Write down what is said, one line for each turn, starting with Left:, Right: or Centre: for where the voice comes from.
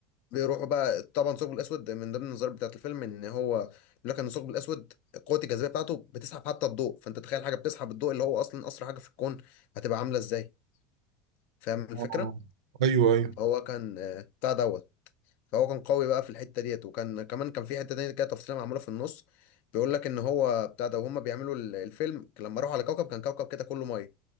Left: بيروحوا بقى طبعا الثقب الاسود من ضمن النظريات بتاعت الفيلم ان هو بيقول لك ان الثقب الاسود قوه الجاذبيه بتاعته بتسحب حتى الضوء فانت تخيل حاجه بتسحب الضوء اللي هو اصلا اسرع حاجه في الكون هتبقى عامله ازاي فاهم الفكره
Right: اه ايوه ايوه
Left: هو كان آه، بتاع دوت فهو كان قوي بقى في الحته ديت وكان كمان كان في حته تانية كده تفصيله معموله في النص بيقول لك ان هو بتاع ده وهم بيعملوا ال- الفيلم لما راحوا على كوكب كان كوكب كده كله ميه